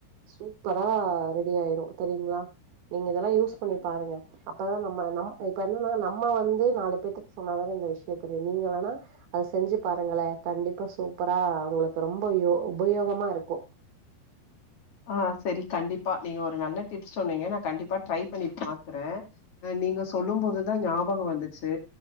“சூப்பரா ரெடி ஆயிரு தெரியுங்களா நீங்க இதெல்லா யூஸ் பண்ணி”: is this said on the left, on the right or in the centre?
Right